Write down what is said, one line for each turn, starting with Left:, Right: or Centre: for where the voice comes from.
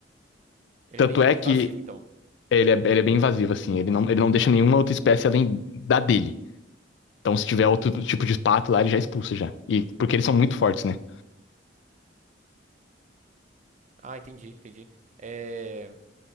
Right: Ele
Left: Tanto
Right: é meio
Left: é
Right: invasivo,
Left: que
Right: então.
Left: ele é, ele é bem invasivo assim, ele não ele não deixa nenhuma outra espécie além da dele. Então, se tiver outro tipo de pato lá, ele já expulsa já. E porque eles são muito fortes, né?
Right: Ah, entendi, entendi. É,